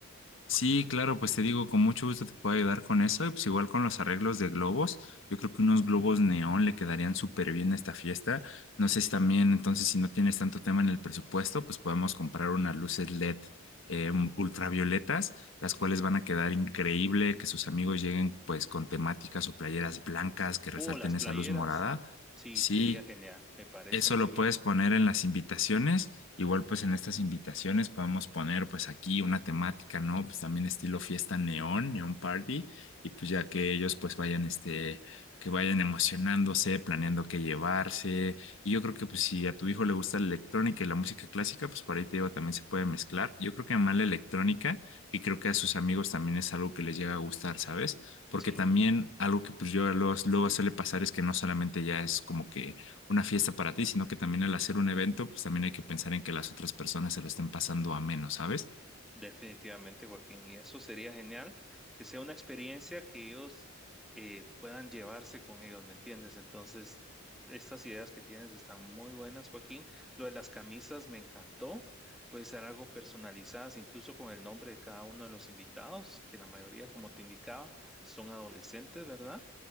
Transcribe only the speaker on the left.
Sí, claro, pues te digo, con mucho gusto te puedo ayudar con eso. Y pues igual con los arreglos de globos, yo creo que unos globos neón le quedarían súper bien a esta fiesta. No sé si también, entonces, si no tienes tanto tema en el presupuesto, pues podemos comprar unas luces LED eh, ultravioletas, las cuales van a quedar increíble, que sus amigos lleguen pues con temáticas o playeras blancas que resalten
esa luz morada.
Sí.
Eso
lo
puedes poner en las invitaciones. Igual pues en estas invitaciones podemos poner pues aquí una temática, ¿no? Pues también estilo fiesta neón, neón party. Y pues ya que ellos pues vayan este, que vayan emocionándose, planeando qué llevarse. Y yo creo que pues si a tu hijo le gusta la electrónica y la música clásica, pues por ahí te digo, también se puede mezclar. Yo creo que más la electrónica, y creo que a sus amigos también es algo que les llega a gustar, ¿sabes? Porque
también algo que pues yo a los luego suele pasar es que no solamente ya es como que una fiesta para ti, sino que también al hacer un evento, pues también hay que pensar en que las otras personas se lo estén pasando a menos, ¿sabes?